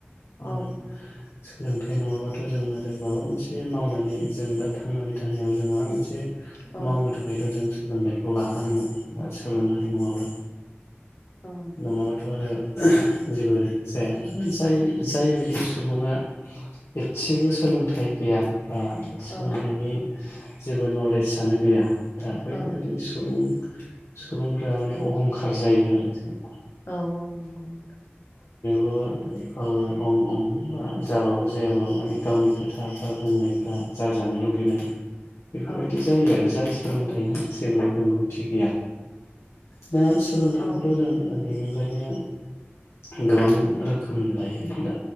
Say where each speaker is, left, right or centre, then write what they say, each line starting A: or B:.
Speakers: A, on the left (about 65°); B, on the left (about 80°).
A: औ
B: <inaudible> सोलोंथाय नङाबाथ जों आरो माबा मोनसे मावनानै जों दा थांनानै थानायाव जों माबा मोनसे बे
A: औ
B: मावनो थाखायथ जों सोलोंथायखौ लाखानांगोन। दा सोलोंथाय नङाबा
A: औ
B: नङाबाथ आरो जेबो जायाना। आरो जाय जायबायदि सुबुंङा एसेबो सोलोंथाय गैया बा सोलों
A: औ
B: जेबो नलेजआनो गैया दा बैफोरबायदि
A: औ
B: सुबुं सुबुंफ्रा माने अहंखार जायो आरो। जेनेबा
A: औ औ नंगौ नोथां।
B: <inaudible> ओ अं अं बा जाबाबो जायाबाबो माने गावनि खोथा बा बुंनाय जाजानो लु बेनो बेफोरबायदि
A: औ
B: जायो आरो जाय सोलोंथायनि
A: औ
B: जेबो रोंगौथि गैया। दा सोलोंथायखौथ
A: औ
B: जों उन्दैनि फ्रायनो गोबां रोखोमनि लायो दा